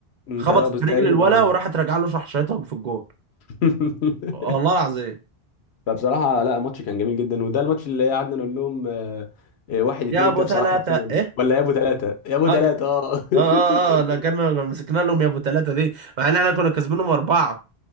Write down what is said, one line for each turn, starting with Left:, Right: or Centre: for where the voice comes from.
Left: انت
Right: خبطت
Left: بس
Right: في رجل
Left: تقريبا
Right: الولا
Left: اه
Right: وراحت راجعه له راح شايطها في الجون
Left: <laughs>
Right: والله العظيم
Left: فبصراحه لا الماتش كان جميل جدا وده الماتش اللي قعدنا نقول لهم آه، آه، واحد اتنين
Right: يا ابو
Left: الكبسه
Right: ثلاثه
Left: راحت فين
Right: ايه؟
Left: ولا يا ابو ثلاثه يا ابو
Right: اه
Left: ثلاثه
Right: ك-
Left: اه
Right: اه اه,
Left: <laughs>
Right: آه لا كنا مسكنا لهم يا ابو ثلاثه دي مع ان احنا كنا كاسبينهم اربعه